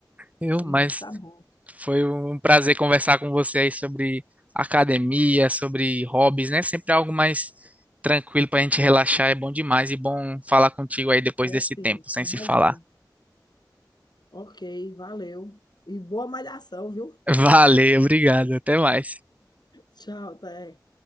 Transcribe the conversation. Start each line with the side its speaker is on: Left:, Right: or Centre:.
Right: eu
Left: sim,
Right: Mas
Left: tá bom.
Right: foi um prazer conversar com você aí sobre academia, sobre hobbies, né? Sempre algo mais tranquilo pra gente relaxar, é bom demais e bom falar contigo aí depois
Left: É
Right: desse
Left: sim,
Right: tempo, sem
Left: tem
Right: se falar.
Left: razão. Ok, valeu. E boa malhação, viu?
Right: <laughs> Valeu, obrigado, até mais.
Left: Tchau, até.